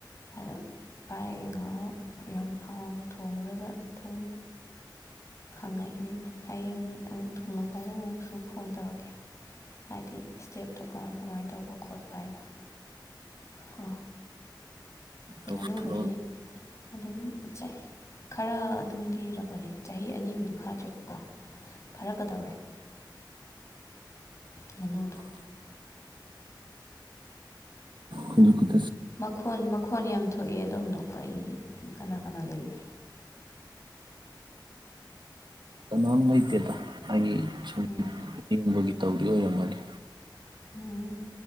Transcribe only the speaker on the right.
ꯇꯧꯁꯜꯂꯣ
ꯈꯖ
ꯀꯅꯥꯝ ꯂꯥꯏꯇꯦꯗ ꯑꯩ
<unintelligible> ꯇꯧꯗꯣꯏ ꯑꯣꯏꯔꯝꯒꯅꯤ